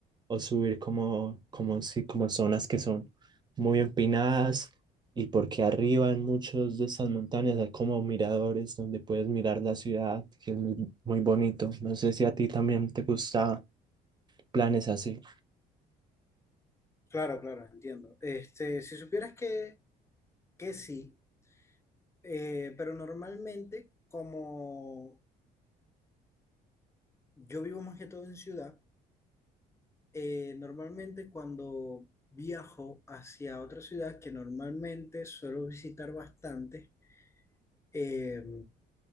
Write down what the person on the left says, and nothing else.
Claro, claro, entiendo. Este, si supieras que... que sí, eh, pero normalmente como yo vivo más que todo en ciudad, eh, normalmente cuando viajo hacia otra ciudad que normalmente suelo visitar bastante, eh,